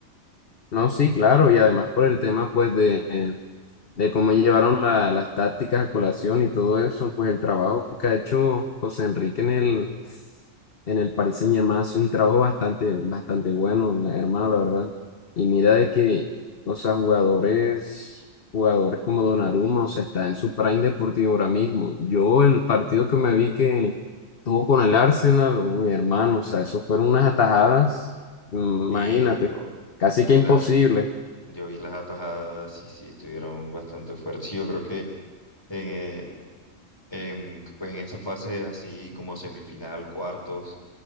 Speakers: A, on the left; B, on the left.
A: No, sí, claro, y además por el tema pues de, de cómo llevaron la- las tácticas a colación y todo eso, pues el trabajo que ha hecho José Enrique en el, en el Paris Saint-Germain ha sido un trabajo bastante, bastante bueno, la- hermano, la verdad. Y mira de que, o sea, jugadores, jugadores como Donnarumma, o sea, está en su prime deportivo ahora mismo. Yo el partido que me vi que tuvo con el Arsenal, mi hermano, o sea, eso fueron unas atajadas, mm,
B: Y
A: imagínate,
B: yo,
A: casi
B: yo
A: que
B: vi
A: imposible.
B: la, Yo vi las atajadas y sí, estuvieron bastante fuertes. Yo creo que en, eh, em, pues en esa fase así como semifinal, cuartos,